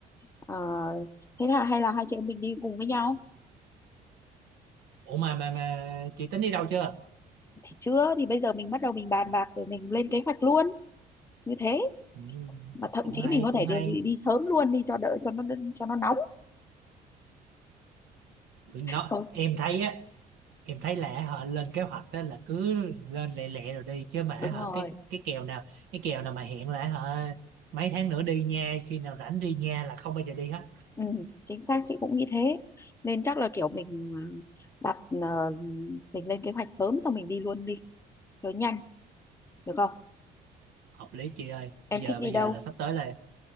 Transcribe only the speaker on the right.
ủa mà mà mà chị tính đi đâu chưa
ừ,
cũng
hay
cũng
hay
nó
em thấy á em thấy là họ lên kế hoạch đó là cứ lên lẹ lẹ rồi đi chứ mà
họ
cái cái kèo nào cái kèo nào mà hẹn là họ mấy tháng nữa đi nha khi nào rảnh đi nha là không bao giờ đi hết
hợp lý chị ơi bây
giờ
bây
giờ là sắp tới là